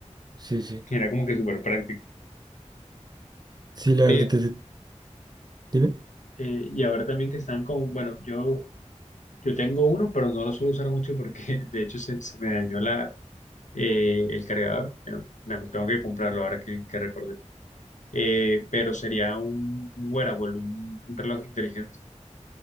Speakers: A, on the right (about 35°); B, on the left (about 85°).
A: Sí, sí.
B: Era como que súper práctico.
A: Sí, la verdad,
B: Oye,
A: te, te- dime.
B: eh, y ahora también que están con, bueno, yo, yo tengo uno, pero no lo suelo usar mucho porque <laughs> de hecho se, se me dañó la, eh, el cargador. Pero, bueno, tengo que comprarlo ahora que, que recordé. eh, pero sería un, un wearable, un, un reloj inteligente.